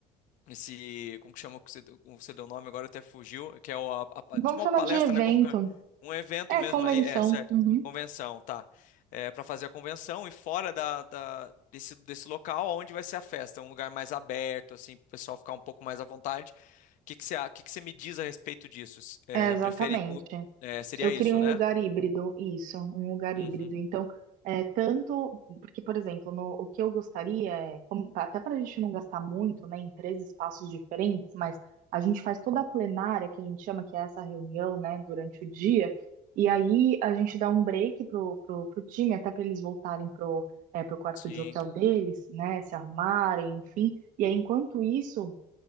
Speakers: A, on the left (about 65°); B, on the right (about 70°).
A: esse, como que chama o que você, deu- o que você deu o nome agora até fugiu, que é o, a, a pa-
B: Vamos
A: tipo uma
B: chamar
A: palestra,
B: de evento.
A: né, como que é? um evento
B: É,
A: mesmo
B: convenção.
A: ali, é, certo,
B: Uhum.
A: convenção, tá, é, para fazer a convenção e fora da, da- desse, desse local onde vai ser a festa, um lugar mais aberto, assim, pro pessoal ficar um pouco mais à vontade, o que que você, a- que que você me diz a respeito disso? S- É,
B: É, exatamente.
A: prefere, o lu- é, seria
B: Eu
A: isso,
B: queria um
A: né?
B: lugar híbrido, isso, um lugar
A: Uhum,
B: híbrido. Então, é, tanto, porque, por exemplo, no- o que eu gostaria é, como- até para a gente não gastar muito, né, em três espaços diferentes, mas a gente faz toda a plenária, que a gente chama que é essa reunião, né, durante o dia, e aí a gente dá um break pro, pro, pro time, até para eles voltarem pro, é, pro quarto
A: sim,
B: de hotel deles, né, se arrumarem, enfim. E aí, enquanto isso